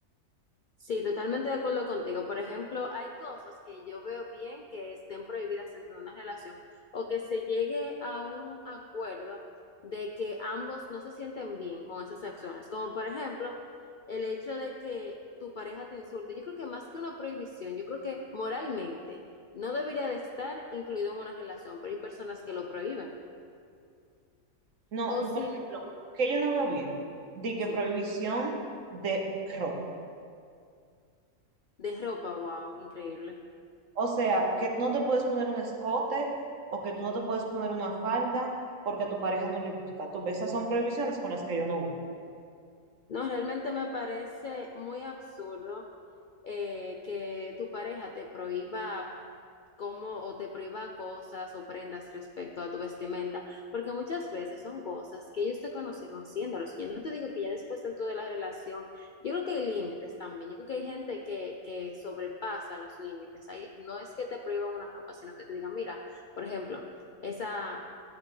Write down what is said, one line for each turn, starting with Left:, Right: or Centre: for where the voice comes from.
Left: Sí, totalmente de acuerdo contigo. Por ejemplo, hay cosas que yo veo bien que estén prohibidas dentro de una relación o que se llegue a un acuerdo de que ambos no se sienten bien con esas acciones. Como por ejemplo, el hecho de que tu pareja te insulte. Yo creo que más que una prohibición, yo creo que moralmente no debería de estar incluido en una relación, pero hay personas que lo prohíben.
Right: No,
Left: O
Right: y
Left: sin,
Right: por ejemplo, que yo no veo bien, di que
Left: sí,
Right: prohibición de ropa.
Left: de ropa, wow, increíble.
Right: O sea, que no te puedes poner un escote o que tú no te puedes poner una falda porque a tu pareja no le gusta. Tú ves, esas son prohibiciones con las que yo no voy.
Left: No, realmente me parece muy absurdo eh, que tu pareja te prohíba cómo o te prohíba cosas o prendas respecto a tu vestimenta, porque muchas veces son cosas que ellos te conocieron haciéndolas. Yo no te digo que ya después dentro de la relación, yo creo que hay límites también, yo creo que hay gente que, que sobrepasa los límites. Ahí no es que te prohíban una ropa, sino que te digan, mira, por ejemplo, esa